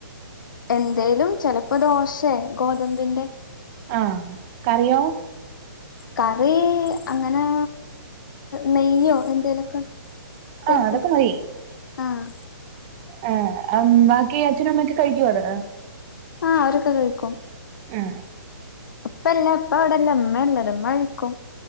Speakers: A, on the left; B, on the right.
A: എന്തേലും ചെലപ്പോ ദോശെ ഗോതമ്പിന്റെ
B: ആഹ് കറിയോ
A: കറി അങ്ങനോ നെയ്യോ എന്തേലൊക്കെ ചേർക്കും
B: ആഹ് അതൊക്കെ മതി
A: ആഹ്
B: ഏ ബാക്കി അച്ഛനും അമ്മയൊക്കെ കഴിക്കുവോ അത്
A: ആഹ് അവരൊക്കെ കഴിക്കും
B: ഹെ
A: ഇപ്പ ഇല്ല ഇപ്പ ഇവടെല്ല ഇമ്മള്ളത് മ്മ നിക്കും